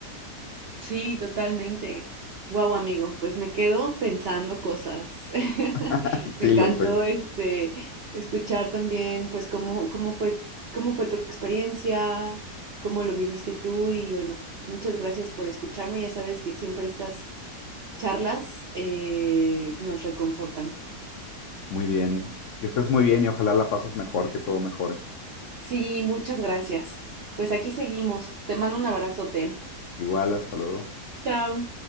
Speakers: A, on the right; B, on the left.
A: Sí, totalmente. Guau, amigo, pues me quedo pensando cosas. <laughs>
B: <laughs>
A: Me
B: Sí,
A: encantó
B: lo sé.
A: este escuchar también pues cómo, cómo fue, cómo fue tu experiencia, cómo lo viviste tú y bueno, muchas gracias por escucharme. Ya sabes que siempre estas charlas eh, nos reconfortan.
B: Muy bien. Que estés muy bien y ojalá la pases mejor, que todo mejore.
A: Sí, muchas gracias. Pues aquí seguimos. Te mando un abrazote.
B: Igual, hasta luego.
A: Chao.